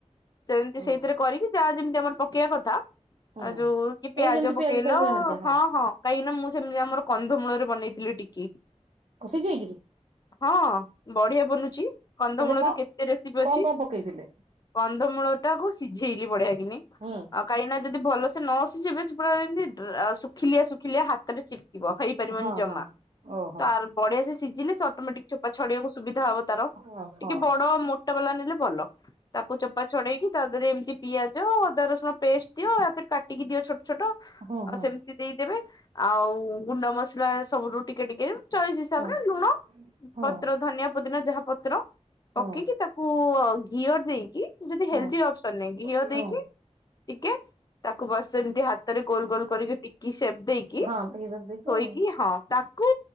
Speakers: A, on the left; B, on the right.
A: ସେମତି
B: ହୁଁ
A: ସେଇଥିରେ କରିକି ଯାହା ଯେମିତି ଆମର ପକେଇବା କଥା
B: ହୁଁ
A: ଆଉ ଯୋଉ କି ପିଆଜ
B: ଏଇ ଯେମିତି
A: ପକେଇଲ
B: ଫିଆଜ ହେରିକା
A: ହଁ ହଁ। କାହିଁକି ନା ମୁଁ ସେମିତି ଆମର କନ୍ଧମୂଳରେ ବନେଇଥିଲି ଟିକି।
B: କ ସିଜେଇକୀରୀ।
A: ହଁ ବଢିଆ ବନୁଛି କଧମୂଳ
B: ତତେ କଣ
A: ର କେତେ ରେସିପି ଅଛି?
B: କଣ କଣ ପକେଇଥିଲେ
A: କନ୍ଧମୂଳ ଟା କୁ ସିଝେଇଲି ବଢିଆ କିିନି ଆଉ
B: ହୁଁ
A: କାହିଁକିନା ଯଦି ଭଲ ସେ ନ ସୁଝେଇବେ ସେ ପୁରା ଜେମିତି ଡା ଶୁଖିଲିଆ ଶୁଖିଲିଆ ହାତରେ ଚିପିକିବ ହେଇପାରିବନି
B: ହଁ
A: ଜମା।
B: ହଁ ଓହୋ
A: ତା ଆର୍ ବଢିଆ ସେ ସିଝିଲେ ସେ ଅଟୋମେଟିକ ଚୋପା ଛଡେଇବାକୁ ସୁବିଧା ହବ ତାର।
B: ଓହୋ ହଁ
A: ଟିକେ ବଡ ମୋଟା ବାଲା ନେଲେ ଭଲ ତାକୁ ଚପା ଛଡେଇକି ତା ଦେହରେ ଏମିତି ପିଆଜ ଅଦା ରସୁଣ ପେଷ୍ଟ ଦିଅ ୟା ଫିରି କାଟିକି ଦିଅ ଛଟ ଛୋଟ
B: ହଁ
A: ଆଉ
B: ହଁ
A: ସେମିତି ଦେଇଦେବେ ଆଉ ଗୁଣ୍ଡ ମସଲା ସବୁ ରୁ ଟିକେ ଟିକେ ଚଏସ୍ ହିସାବରେ
B: ହଁ ହଁ
A: ଲୁଣ
B: ହଁ
A: ପତ୍ର ଧନିଆ ପୁଦିନା ଯାହା ପତ୍ର
B: ହଁ
A: ପକେଇକି ତାକୁ ଘିଅ ଦେଇକି ଯଦି ହେଲ୍ଦି
B: ହଁ
A: ଅପସନ ନାଇ ଘିଅ
B: ହଁ
A: ଦେଇକି ଟିକେ ତାକୁ ବସ ଏମିତି ହାତରେ ଗୋଲ ଗୋଲ କରିକି ଟିକି ସେପ ଦେଇକି
B: ହଁ ଟିକେ ସବୁ ଦେଇକି
A: ଥୋଇକି
B: ଆଉ
A: ହଁ ତାକୁ